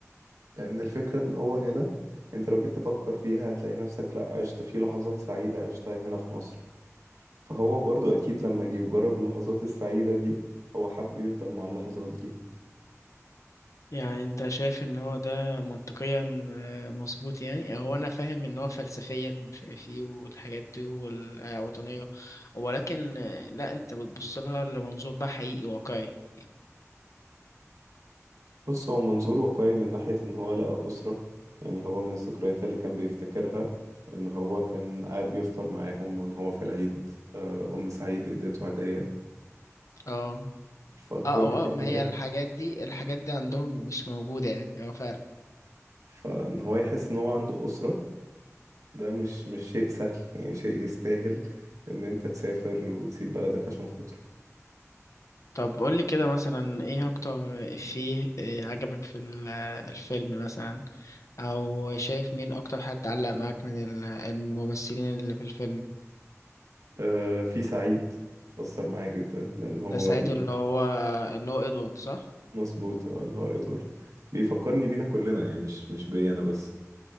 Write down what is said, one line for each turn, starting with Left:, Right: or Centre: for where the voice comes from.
Right: لان الفكرة ان هو هنا انت لو جيت تفكر فيها هتلاقي نفسك لا عشت فيه لحظات سعيدة عشتها هنا في مصر فهو برضو اكيد لما جه وجرب اللحظات السعيدة دي هو حب يفضل مع اللحظات دي
Left: يعني انت شايف ان هو ده منطقيا آه، مظبوط يعني هو انا فاهم ان هو فلسفيا مش عارف ايه والحاجات دي والوطنية ولكن آه، لا انت بتبص لها لمنظور بقى حقيقي واقعي
Right: بص هو منظور واقعي من ناحية ان هو لقى اسرة يعني هو من الذكريات اللي كان بيفتكرها ان هو كان قاعد بيفطر معاهم وان هو في العيد آه، ام سعيد اديته هدية
Left: اه
Right: فكل
Left: اه اه
Right: دي
Left: اه ما
Right: حاجات
Left: هي الحاجات دي الحاجات دي عندهم مش موجودة يعني اه فعلا
Right: فان هو يحس ان هو عنده أسرة ده مش مش شيء سهل يعني شيء يستاهل ان انت تسافر وتسيب بلدك عشان خاطره
Left: طب قول لي كده مثلا ايه اكتر افيه آه، عجبك في ال- آه، الفيلم مثلا او شايف مين اكتر حد علق معاك من ال- الممثلين اللي في الفيلم
Right: آه في سعيد أثر معايا جدا لان هو
Left: ده سعيد
Right: بي
Left: اللي هو اللي هو ادوارد صح
Right: مظبوط اه اللي هو ادوارد بيفكرني بينا كلنا يعني مش مش بيا انا بس